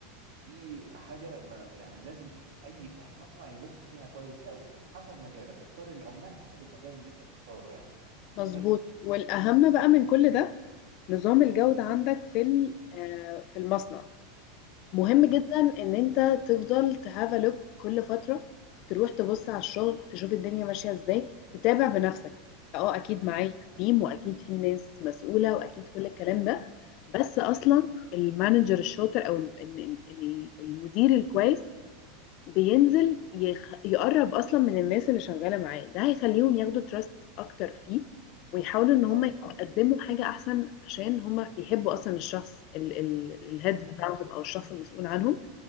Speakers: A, on the right; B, on the left.
A: دي حاجة ما يعني لازم أي صاحب مصنع يبص فيها كويس قوي حسب مجالك اختار العمال حسب المجال اللي أنت مختاره يعني
B: مظبوط
A: بس
B: والأهم بقى من كل ده نظام الجودة عندك في ال- آه، في المصنع مهم
A: مم.
B: جدا ان انت تفضل تهاف لوك كل فتره تروح تبص على الشغل تشوف الدنيا ماشيه ازاي تتابع بنفسك اه اكيد
A: مم.
B: معايا تيم واكيد في ناس مسؤوله واكيد كل الكلام ده بس اصلا
A: مم.
B: المانجر الشاطر او ال- ال- ال- المدير الكويس بينزل يخ... يقرب اصلا من الناس اللي شغاله معاه ده هيخليهم ياخدوا تراست اكتر فيه ويحاولوا ان هم
A: اه
B: يقدموا حاجه احسن عشان هم بيحبوا اصلا الشخص ال... ال... الهيد
A: بالظبط
B: بتاعهم او الشخص المسؤول عنهم